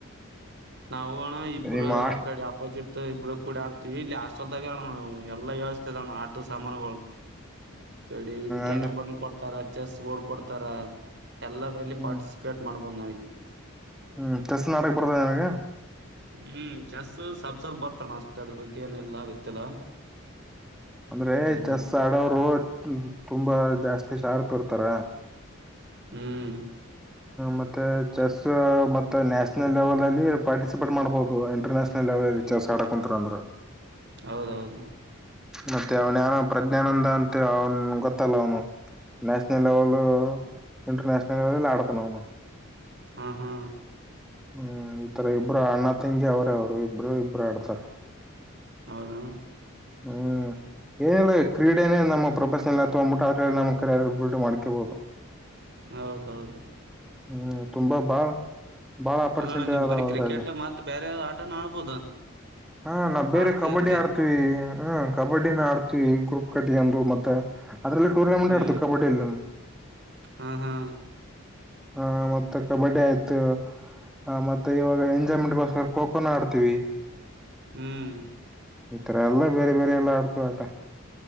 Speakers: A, on the right (about 55°); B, in the centre.
A: ನಾವು ಅಣ ಇಬ್ರು
B: ನಿಮ್ಮ ಹಾಸ್ಟ್
A: ಆ ಕಡೆ ಆಪೋಸಿಟ್. ಇಬ್ರ ಕೂಡ ಆಡ್ತೀವಿ ಇಲ್ಲಿ ಹಾಸ್ಟೆಲ್ದಾಗ ಅಣ್ಣ ಎಲ್ಲಾ ವ್ಯವಸ್ಥೆ ಅಣ್ಣ ಆಟಲ್ ಸಾಮಾನುಗಳು ಕಡಿ ಇದು ಕ್ಯಾರಂ
B: ಅಂದ್ರ
A: ಬೋರ್ಡ್ ಕೊಡ್ತಾರ ಚೆಸ್ ಬೋರ್ಡ್ ಕೊಡ್ತಾರ. ಎಲ್ಲರಲ್ಲಿ
B: ಹ್ಮ್
A: ಪಾರ್ಟಿಸಿಪೇಟ್ ಮಾಡ್ಬೋದು ನಾವಿಲ್ಲಿ.
B: ಹ್ಮ್ ಚಟೆಸ್ ನಾಕ್ ಬರ್ತದೆ ನಿಮಗೆ
A: ಹ್ಮ್ ಚೆಸ್ ಸಪ್ಸಲ್ ಬರ್ತಾನ ಅಷ್ಟೇ ಅದ್ರ ಬಗ್ಗೆ ಏನಿಲ್ಲ ಗೊತ್ತಿಲ್ಲ
B: ಅಂದ್ರೆ
A: ಹ್ಮ್
B: ಚೆಸ್ ಆಡೋರು ತುಂಬಾ ಜಾಸ್ತಿ ಶಾರಪ್ ಇರ್ತಾರ
A: ಹ್ಮ್
B: ಮತ್ತೆ ಚೆಸ್ ಮತ್ತೆ ನ್ಯಾಷನಲ್ ಲೆವೆಲ್ ಅಲ್ಲಿ ಪಾರ್ಟಿಸಿಪೇಟ್ ಮಾಡ್ಬಹುದು ಇಂಟರ್ನ್ಯಾಷನಲ್ ಲೆವೆಲ್ ಚೆಸ್ ಆಡಕ ಕುಂಂತರ ಅಂದ್ರ
A: ಹೌದೌದು
B: ಮತ್ತೆ ಅವನ್ನ ಪ್ರಜ್ಞಾನಂದ ಅಂತ ಅವನ್ ಗೊತ್ತಲ್ಲ ಅವನು ನೇಷನಲ್ ಲೆವೆಲ್ ಇಂಟರ್ನೆೇಷನಲ್ ಲೇವೆಲ್ ಆಡ್ತನವುನು
A: ಹ್ಮ ಹ್ಮ
B: ಹ್ಮ್ ಈತರ ಇಬ್ರು ಅಣ್ಣ ತಂಗಿ ಅವರೇ ಅವ್ರು ಇಬ್ರು ಇಬ್ರು ಆಡ್ತಾರ
A: ಹೌದಾ
B: ಹ್ಮ್ ಏನಿಲ್ಲ ಕ್ರೀಡೆನ ನಮ್ಮ ಪ್ರೊಬ ಎಲ್ಲ ಹೋಗ್ಬಿಟ್ಟ ಅವರೆಲ್ಲಿ ನಮಬ್ಬಲ್ಟ್ ಮ ಮಾಡಿಕ್ಕೆಬೋುದು
A: ಹೌದೌದು
B: ಹ್ಮ ತುಂಬಾ ಬಾಳ್ ಬಾಳ ಆಪರ್ಚುನಿಟಿ
A: ಅಲ್ಲಣ್ಣ ನೀ
B: ಅದಾವ
A: ಬರೀ
B: ಅದ್ರಲ್ಲಿ
A: ಕ್ರಿಕೆಟ್ ಮತ್ ಬೇರೆ ಆಟನ ಆಡ್ಬೋದು
B: ಹಾ ನಾ ಬೇರೆ
A: ಆಡ್ತಿದನ್
B: ಕಬಡ್ಡಿ
A: ಬೇರೆ
B: ಆಡ್ತೀವಿ ಹ್ಮ ಕಬಡ್ಡಿನ ಆಡ್ತ ಗ್ರೂಪ್ ಕಟ್ಟಿ ಅಂದು ಮತ್ತೆ ಅದ್ರಲ್ಲಿ ಟೂರ್ನಮೆಂಟ್
A: ಹ್ಮ್
B: ಆಡತು ಕಬಡಯಲ್ಲಿ
A: ಹಾ ಹಾ
B: ಹಾ ಮತ್ತೆ ಕಬಡ್ಡಿ ಆಯ್ತು ಹ ಮತ್ತೆ ಇವಾಗ ಎಂಜಾಯ್ಮೆಂಟ್ಗೋಸ್ಕರ ಕೊಖೋನ ಆಡ್ತೀವಿ
A: ಹ್ಮ್
B: ಈತರ ಎಲ್ಲ ಬೇರೆ ಬೇರೆ ಎಲ್ಲ ಆಡ್ತು ಆಟ